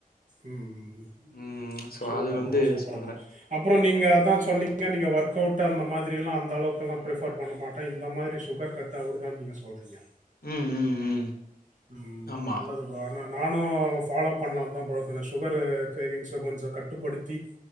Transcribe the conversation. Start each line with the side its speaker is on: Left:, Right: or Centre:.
Right: ம் ம்
Left: ம் சோ
Right: சூப்பர்
Left: அது வந்து
Right: ப்ரோ சூப்பர்
Left: சொல்றே
Right: ப்ரோ அப்பறோ நீங்க அதா சொன்னீ ங்க நீங்க ஒர்க் அவுட் அந்த மாதிரி எல்லா அந்தளவுக்குல்லா ப்ரிஃபர் பண்ண மாட்ட இந்த மாரி சுகர் கட் ஆவுடுதா நீங்க சொல்றீங்க
Left: ம் ம் ம்
Right: ம்
Left: ஆமா
Right: நல்லதுபா ஆனா நா னு ஃபாலோ பண்லாதா ப்ரோ இப்ப இந்த சுகரு க்ரேவிங்ஸ கொஞ்சோ கட்டுப்படுத்தி